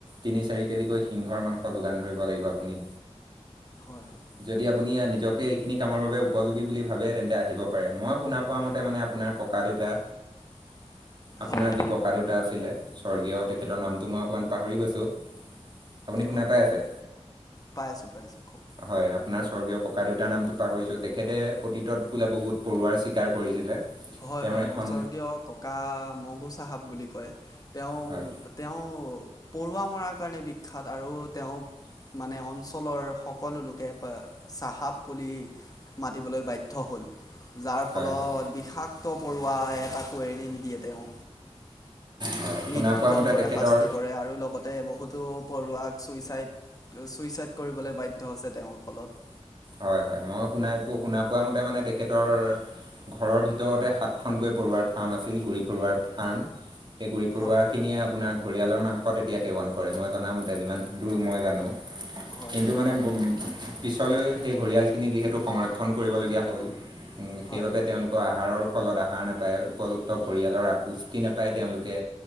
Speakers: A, on the right; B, on the left.
A: তিনি-চাৰি কেজিকৈ সিংহৰ মাংস যোগান ধৰিব লাগিব আপুনি।
B: হয়। হয়।
A: যদি আপুনি নিজকে এইখিনি কামৰ বাবে উপযোগী বুলি ভাবে, তেন্তে আহিব পাৰে মই শুনা পোৱা মতে মানে আপু আৰ ককা দেউতা
B: <unintelligible>
A: আপোনাৰ
B: হয়
A: যি ককা দেউতা আছিলে। স্বৰ্গীয় তেখেতৰ নামটো মই অকণমান পাহৰি গৈছোঁ। আপুনি শুনা
B: হয়।
A: পাই
B: হয়।
A: আছে
B: পাই আছো পাই, আছো কক
A: হয়। আপোনাৰ স্বৰ্গীয় ককা দেউতাৰ নামতটো পাহৰিছো। তেখেতে অতীতত বোলে বহুত পৰুৱাৰ চীকাৰ কৰিছিলে।
B: হয়।
A: তেওঁৰ
B: হয়
A: এখন
B: মোৰ স্বৰ্গীয় ককা মগু চাহাব বুলি কয়। তেওঁ
A: হয়
B: - তেওঁ পৰুৱা মৰাৰ কাৰণে বিখ্যাত আৰু তেওঁক মানে অঞ্চলৰ সকলো লোকে চাহাপ বুলি মাতিবলৈ বাধ্য হয়। যাৰ ফলত
A: হয় হয়
B: বিষাক্ত পৰুৱাই এটাকো এৰি নিদিয়ে তেওঁ।
A: হয় শুনা
B: মৃত্যু
A: পোৱা
B: দণ্ডৰে
A: মতে তেখেতৰ
B: শাস্তি কৰে আৰু লগতে বহুতো পৰুৱাক চুইচাইড-চুইচাইড কৰিবলৈ বাধ্য হৈছে তেওঁৰ ফলত।
A: হয় হয় মই শুনাই পোৱা শুনা পোৱা মতে মানে তেখেতৰ ঘৰৰ ভিতৰতে সাতখনকৈ পৰুৱাৰ ফাৰ্ম আছিল গুৰি পৰুৱাৰ ফাৰ্ম। সেই গুৰি পৰুৱাখিনিয়ে
B: হয় হয়
A: আপোনাৰ ঘৰিয়ালৰ মাংসত এতিয়া সেৱন কৰে। মই জনামতে যিমান দূৰ মই জানো
B: হয়
A: কিন্তু
B: হয়
A: মানে পিছলৈ সেই ঘৰিয়ালখিনি যিহেতু সংৰক্ষণ কৰিবলগীয়া হ'ল।
B: হয়
A: সেইবাবে তেওঁলোকৰ আহাৰৰ ফলত আহাৰ নাপায়। উপযুক্ত পৰিয়ালৰ আপুষ্টি নাপায় তেওঁলোকে